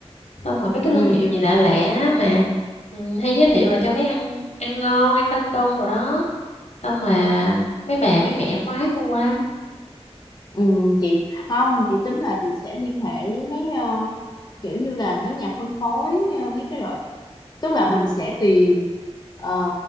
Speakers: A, on the left (about 80°); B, on the left (about 40°).
A: xong rồi mấy cái
B: ừ
A: thương hiệu gì lạ lạ mà ừ, hay giới thiệu là cho bé ăn ăn ngon ăn tăng cân đồ đó xong mà mấy bà mấy mẹ khoái mua lắm
B: Ừ, chị không chị tính là chị sẽ liên hệ với mấy ờ, kiểu như là mấy nhà phân phối ờ, mấy cái loại tức là mình sẽ tìm ờ,